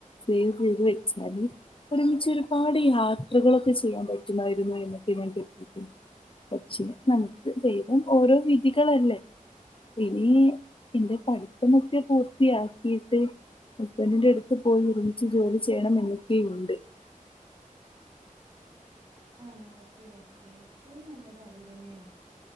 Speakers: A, on the left (about 40°); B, on the right (about 40°).
A: സേവ് ചെയ്ത് വെച്ചാല് ഒരുമിച്ച് ഒരുപാട് യാത്രകളൊക്കെ ചെയ്യാൻ പ റ്റുമായിരുന്നു എന്നൊക്കെ ഞാൻ കരുതിക്ക്ണ് പക്ഷേ നമുക്ക് ദൈവം ഓരോ വിധികളല്ലേ ഇനി എന്റെ പഠിത്തമൊക്കെ പൂർത്തിയാക്കിട്ട് ഹസ്ബന്റിന്റെ അടുത്ത് പോയി ഒരുമിച്ച് ജോലി ചെയ്യണം എന്നൊക്കെയുണ്ട്
B: ആഹ് ഓക്കെ ഓക്കേ ഏറ്റവും നല്ലത് അത് തന്നെയാണ്